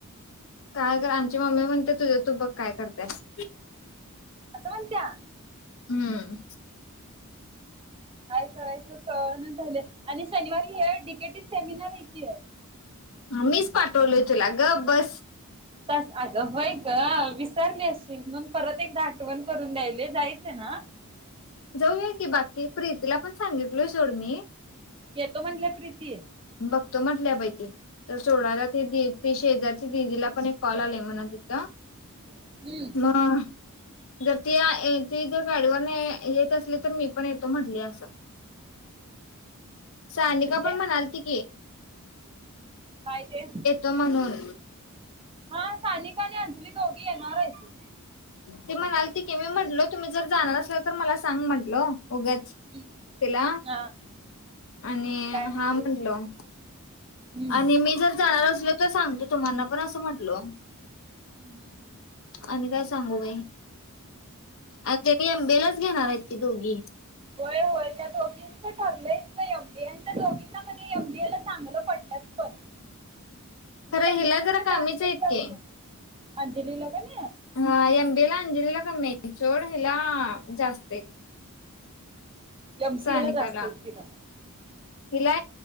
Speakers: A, on the left; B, on the right.
A: काय कर आमची मम्मी म्हणते तुझ्या तू बघ काय करतेस?
B: असवंत्या.
A: हम्म.
B: काय करायचं कण झालं आणि शनिवारी हे डीकेटीच सेमिनार आहे की
A: मीच पाठवलोय तुला ग बस.
B: ह. त अग होय ग विसारली असशील मण परत एकदा आठवण करून द्यायले जायचं ना. ह.
A: जाऊया की बाकी प्रीतीला पण सांगितलो सोड म
B: येतो म्हणटलं प्रीती आहे.
A: बघतो म्हटल्या बाहिती तर सोडाला त ती शेजार दिदीला पण एक कॉल आलाय म्हणा तिथं.
B: हम्म
A: ह. जर ती ती जर गाडीवर नाही येत असली तर मी पण येतो म्हटली असं.
B: <unintelligible>
A: सानिका
B: म्हणजे
A: पण म्हणाली त
B: काय ते
A: येतो म्हणून
B: हा सानिका आणि अंजली दोगी येणारयती.
A: ती म्हणाल तिके मी म्हटलो तुम्ही जर जाणार असल तर मला सांग म्हटल उगंच
B: हम्म
A: तिला
B: हा
A: आणि
B: काय म्हणते?
A: हा म्हटलो.
B: हम्म
A: आणि मी जर जाणार असलो तर सांगतो तुम्हाना पण असं म्हटलो.
B: हम्म हम्म
A: आणि काय सांगू बाई आ एमबी लाच घेणार आहेत ती दोघी.
B: होय होय त्यातो ठरलंय ग एमबीए आणि त्या दोघींना क एमबीए ला चांगलं पडलंत पण <inaudible>
A: खरं
B: एमसीएच
A: हिला जरा
B: टार्गेट
A: कामीच आहेततक
B: ठेवलय. अंजलीला कन
A: हा एमबीला अंजलीला कमी चोड हला जास्त आहे
B: एमसीए
A: सानिकला
B: ला जास्त आहेत तिला.
A: तिला